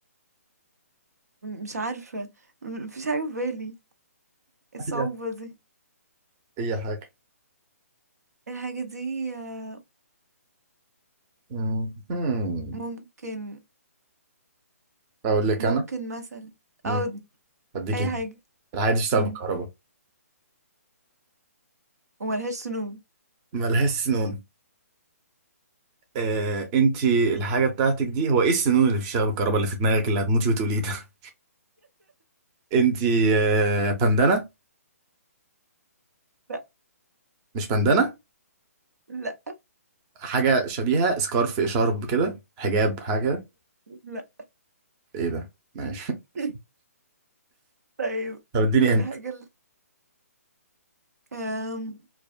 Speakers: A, on the right; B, on the right.
A: م- مش عارفة م- مفيش حاجة في بالي الصعوبة
B: أيوة.
A: دي
B: أي حاجة
A: الحاجة دي آه،
B: مم.
A: ممكن
B: أقول لك
A: ممكن
B: أنا
A: مثلا
B: مم.
A: او
B: أديك
A: أي
B: هنا
A: حاجة
B: الحاجة دي بتشتغل
A: مم.
B: بالكهرباء
A: وملهاش سنون
B: ملهاش سنون آه، انتي الحاجة بتاعتك دي هو ايه السنون اللي بتشتغل بالكهرباء اللي في دماغك اللي هتموتي وتقوليه ده انتي آه، بندانة
A: لا
B: مش بندانة
A: لا
B: حاجة شبيهة سكارف شارب كده حجاب حاجة
A: لا
B: ايه ده ماشي <laughs>
A: <laughs> طيب
B: طب اديني
A: الحاجة
B: هنت
A: ال... أم...